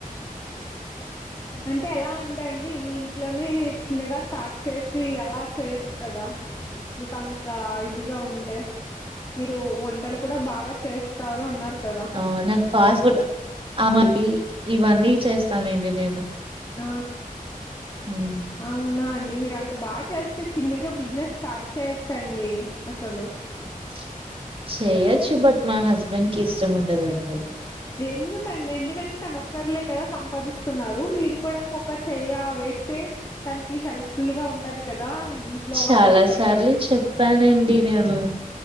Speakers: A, on the left; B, on the right.
A: అంటే ఎలా ఉంటండి మీ ఇంట్లోనే చిన్నగా స్టార్ట్ చేసి ఎలా చేయొచ్చు కదా మీక అంత ఇదిగా ఉంటే మీరు వంటలు కూడా బాగా చేస్తారు అన్నారు కదా!
B: అవు నాకు ఫాస్ట్ ఫుడ్ మ ఇవన్నీ చేస్తానండి నేను
A: ఆ
B: హ్మ్.
A: అవునా అండి మీర్ మీరు అంత బాగా చేస్తే చిన్నగా బిజినెస్ స్టార్ట్ చేయొచ్చండి అసలు
B: చ్ చేయొచ్చు బట్ నా హస్బెండ్ కి ఇష్టం ఉండదండి
A: ఎందుకండి ఎందుకంటే తన ఒక్కర్లే కదా సంపాదిస్తున్నారు మీరు కుడా కొక్క చెయ్య వేస్ తే తనకి హెల్ప్ ఫుల్ గా ఉంటది కదా ఇంట్లో
B: చాలా
A: అడ్లుక్ కట్టాని
B: సార్లు చెప్పానండి నేను